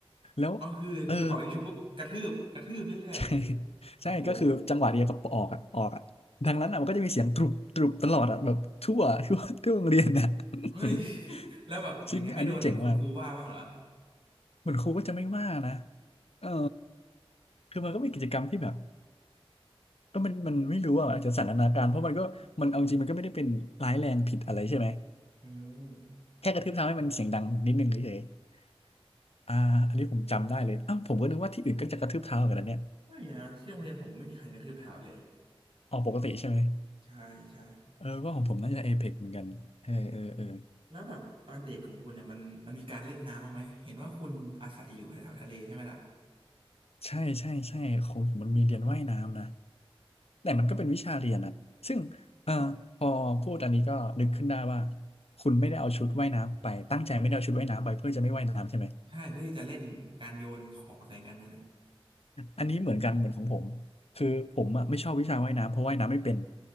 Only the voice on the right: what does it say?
อ๋อคือคือเป่ายิงฉุบปุ๊บกระทืบกระทืบเรื่อย
ๆโอ้โห
เฮ้ย <laughs> แล้วแบบอย่างเงี้ยไม่โดนคุณครูว่าบ้างเหรอ
อืม
ไม่นะที่โรงเรียนผมไม่มีใครกระทืบเท้าเลย
ใช่ใช่
แล้วแบบตอนเด็กของคุณเนี่ยมันมันมีการเล่นน้ำบ้างไหมเห็นว่าคุณอาศัยอยู่แถวๆทะเลใช่ไหมล่ะ
ใช่เพื่อที่จะเล่นการโยนของใส่กันนั่นแหละ